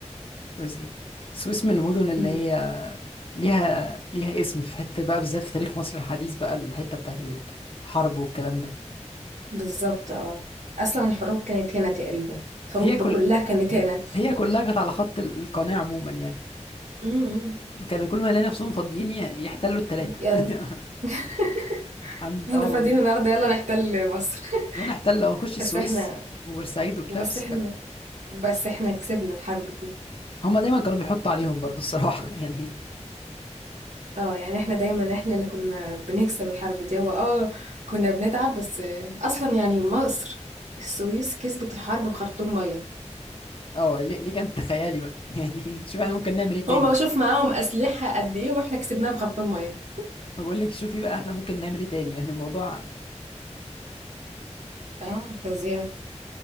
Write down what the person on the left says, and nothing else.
كويس جدا السويس من المدن اللي
هي ليها ليها اسم في حتة بقى بالذات في تاريخ مصر الحديث بقى الحتة بتاعت الحرب والكلام ده
هي كل
هي
هي كلها كانت على خط ال- القناة عموما يعني
كانوا كل ما يلاقي نفسهم فاضيين ي- يحتلوا التلاتة
<laughs>
عند
اه
والله
يعني احتل ونخش
السويس
وبورسعيد وبتاع
بس
كان
هما دايما كانوا بيحطوا عليهم برضو الصراحة <laughs> يعني
اه ليه, ليه كانت خيالي بقى <laughs> يعني شوف احنا ممكن نعمل ايه تاني
ما بقول لك شوفي بقى احنا ممكن نعمل ايه تاني يعني الموضوع